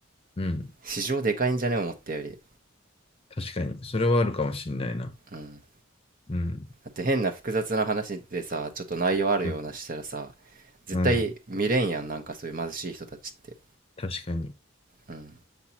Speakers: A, on the left (about 30°); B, on the right (about 40°).
A: うん。
B: 市場でかいんじゃね思ったより。
A: 確かに。それはあるかもしんないな。
B: うん
A: うん。
B: だって変な複雑な話でさちょっと内容あるようなしたらさ
A: うん。
B: 絶対見れんやんなんかそういう貧しい人たちって
A: うん確かに。
B: うんっ